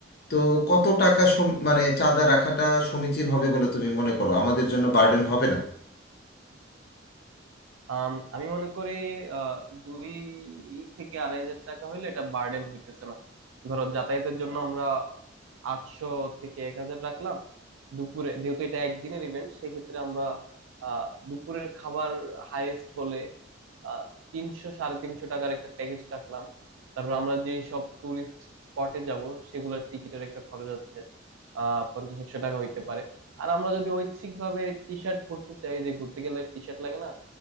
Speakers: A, on the left; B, on the right.
A: তো কত টাকা সম- মানে চাঁদা রাখাটা সমীচীন হবে বলে তুমি মনে করো আমাদের জন্য বার্ডেন হবে না
B: আম, আমি মনে করি আহ, দুই থেকে আড়াই হাজার টাকা হইলে এটা বার্ডেন হইতেছে না ধরো যাতায়াতের জন্য আমরা আটশো থেকে এক হাজার রাখলাম দুপুরে যেহেতু এটা একদিনের ইভেন্ট সেক্ষেত্রে আমরা আহ দুপুরের খাবার হাইয়েস্ট হলে আহ তিনশো সাড়ে তিনশো টাকার একটা প্যাকেজ রাখলাম তারপর আমরা যে সব টুরিস্ট স্পটে যাব সেগুলোর টিকিটের একটা খরচ আছে আহ পঞ্চাশ একশো টাকা হইতে পারে আর আমরা যদি ঐচ্ছিক ভাবে টি শার্ট করতে চাই যে ঘুরতে গেলে টি শার্ট লাগে না